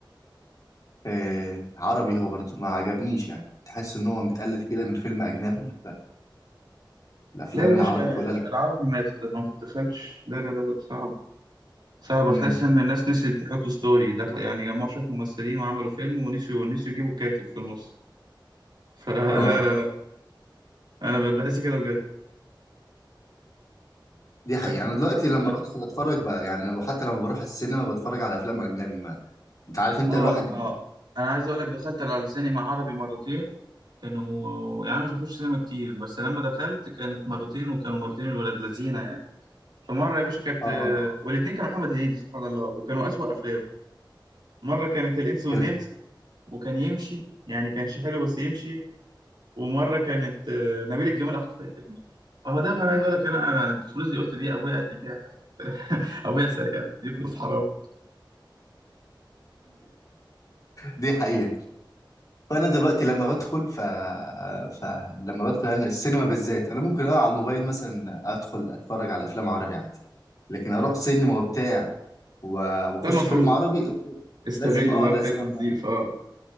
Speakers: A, on the left (about 45°); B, on the right (about 65°).
A: آه عربي هو برضو ما عجبنيش يعني تحس ان هو متقلد كده من فيلم اجنبي فالافلام
B: لا يا باشا
A: العربي كلها لا
B: العربي ما يتدخل ما تتدخلش لا لا لا لا صعب صعب
A: امم
B: تحس ان الناس نسيت تحط ستوري دخل يعني جمعوا شويه ممثلين وعملوا فيلم ونسيوا نسيوا يجيبوا كاتب في النص <laughs> فلا
A: اه
B: لا لا لا، انا ب- بحس كده بجد
A: دي حقيقة
B: لكن
A: أنا دلوقتي لما بدخل أتفرج بقى يعني لما حتى لما بروح السينما بتفرج على أفلام أجنبي ما انت عارف انت
B: اه
A: الواحد
B: اه انا عايز اقول لك دخلت على سينما عربي مرتين كانوا يعني أنا مش بخش سينما كتير بس لما دخلت كانت مرتين وكانوا مرتين الولاد لذينه يعني فمره يا باشا كانت
A: اه
B: آه، والاتنين كانوا محمد هنيدي سبحان الله وكانوا اسوأ افلام مرة كانت الإنس
A: <laughs>
B: والنمس
A: كده.
B: وكان يمشي يعني كانش حلو بس يمشي ومرة كانت آه، نبيل الجميل أخصائي تجميل فهو ده أنا عايز أقول لك أنا أنا الفلوس دي قلت دي أبويا قتل بيها حاجة <laughs> أبويا سرقها دي فلوس حرام
A: دي حقيقة فأنا دلوقتي لما بدخل ف... فلما بدخل أنا السينما بالذات أنا ممكن أقع على الموبايل مثلا أدخل أتفرج على أفلام عربي عادي لكن أروح سينما وبتاع و... وأخش
B: ده المفروض
A: فيلم عربي
B: استغله
A: لازم أه
B: بقى
A: لازم
B: في فيلم
A: أبقى
B: نظيف أه